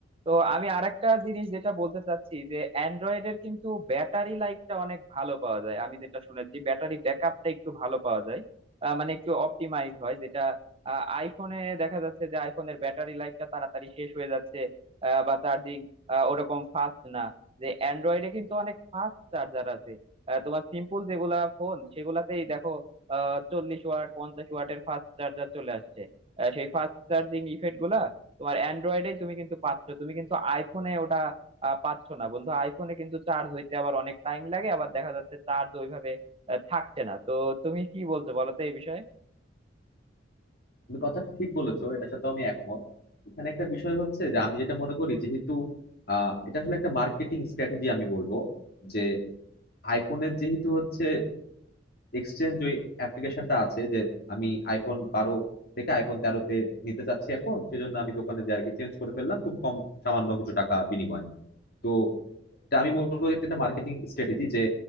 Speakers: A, on the right; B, on the left.
A: তো আমি আরেকটা জিনিস যেটা বলতে চাচ্ছি যে অ্যান্ড্রয়েডের কিন্তু ব্যাটারি লাইফটা অনেক ভালো পাওয়া যায় আমি যেটা শুনেছি ব্যাটারি ব্যাকআপটা একটু ভালো পাওয়া যায় আহ, মানে একটু অপটিমাইজ হয় যেটা আইফোনে দেখা যাচ্ছে যে আইফোনের ব্যাটারি লাইফটা তাড়াতাড়ি শেষ হয়ে যাচ্ছে আহ, বা চার্জিং ওরকম ফাস্ট না যে অ্যান্ড্রয়েডে কিন্তু অনেক ফাস্ট চার্জার আছে আহ, তোমার সিম্পল যেগুলা ফোন সেগুলাতেই দেখো আহ চল্লিশ ওয়াট পঞ্চাশ ওয়াটের ফাস্ট চার্জার চলে আসছে আহ, সেই ফাস্ট চার্জিং ইফেক্ট গুলা তোমার অ্যান্ড্রয়েডেই তুমি কিন্তু পাচ্ছ তুমি কিন্তু আইফোনে ওটা আহ, পাচ্ছ না বন্ধু আইফোনে কিন্তু চার্জ হইতে আবার অনেক টাইম লাগে আবার দেখা যাচ্ছে চার্জ ওইভাবে আহ, থাকছে না তো তুমি কি বলছো বলো তো এই বিষয়ে
B: তুমি কথাটা ঠিক বলেছো এটার সাথে আমি একমত এখানে একটা বিষয় হচ্ছে যে আমি যেটা মনে করি যেহেতু আহ এটা আসলে একটা মার্কেটিং স্ট্র্যাটেজি আমি বলবো যে আইফোনের যেহেতু হচ্ছে এক্সচেঞ্জ ওই অ্যাপ্লিকেশনটা আছে যে আমি আইফোন বারো থেকে আইফোন তেরোতে নিতে চাচ্ছি এখন সেজন্য আমি দোকানে যে আর কি চেঞ্জ করে ফেললাম খুব কম সামান্য কিছু টাকা বিনিময় তো এটা আমি বলবো যে এটা মার্কেটিং স্ট্র্যাটেজি যে